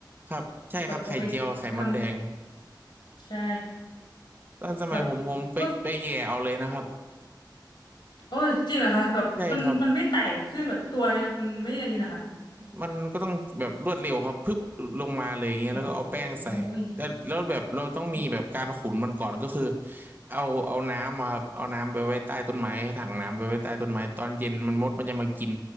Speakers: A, on the right; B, on the left.
A: ครับใช่ครับไข่เจียวไข่มดแดง
B: แบบเอาไปทำใช่
A: ตอนสมัยผมผมไปไปแย่เอาเลยนะครับ
B: แบบพวกโอ้ยจริงเหรอคะแบบมันมันไม่ไต่ขึ้นแบบตัวเนี่ยมันไม่อันนี้นะคะ
A: ใช่ครับ มันก็ต้องแบบรวดเร็วครับพึบลงมาเลยอย่างเงี้ยแล้วก็เอาแป้งใส่แต่แล้วแบบเราต้องมีแบบการขุนมันก่อนก็คือ
B: โอ้ยโห
A: เอาเอาน้ำมาครับเอาน้ำไปไว้ใต้ต้นไม้ถังน้ำไปไว้ใต้ต้นไม้ตอนเย็นมันมดมันจะมากิน